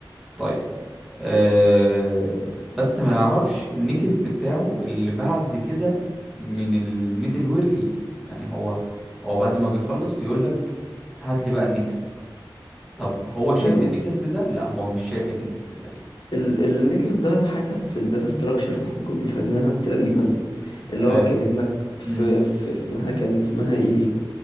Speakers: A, in the centre; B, on the left (about 75°).
A: طيب أه بس ما يعرفش النكست بتاعه اللي بعد كده من الميدل وير ايه يعني هو هو بعد ما بيخلص يقول لك هات لي بقى النكست طب هو شايف
B: حلو
A: النكست ده لا هو مش شايف النكست ده ايه
B: ال النكس ده ده حاجة في الداتا ستراكشرز احنا كنا خدناها تقريبا اللي
A: آه.
B: هو كأنك في
A: امم
B: في اسمها كان اسمها ايه